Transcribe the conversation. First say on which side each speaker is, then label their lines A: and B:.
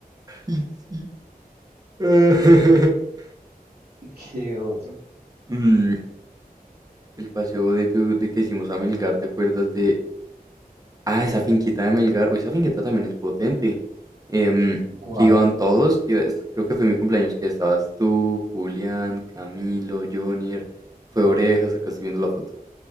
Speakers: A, on the right (about 25°); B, on the right (about 80°).
A: Ay, sí. <laughs>
B: ¿Qué otro?
A: Mm, el paseo de, tu, de que hicimos a Melgar, ¿te acuerdas de Ah, esa finquita de Melgar. Uy, esa finquita también es potente. Em,
B: ¿Cuál?
A: que iban todos, que iba- est- creo que fue mi cumpleaños, que estabas tú, Julián, Camilo, Jonier, fue Orejas, acá estoy viendo la foto.